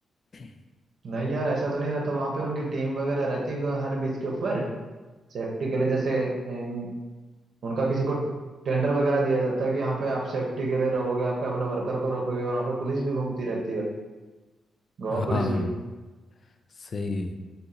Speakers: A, on the left; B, on the right.
A: <coughs> <clears throat>
B: नहीं यार ऐसा तो नहीं रहता वहां पे उनकी टीम वगैरह रहती है हर बीच के ऊपर सेफ्टी के लिए जैसे अम, उनका किसी को टेंडर वगैरह दिया जाता है कि यहाँ पे आप सेफ्टी के लिए रहोगे आपके अपने वर्कर को रखोगे और वहाँ पे पुलिस भी घूमती रहती है भाई गोवा
A: हाँ
B: पुलिस
A: हाँ
B: भी
A: सही है।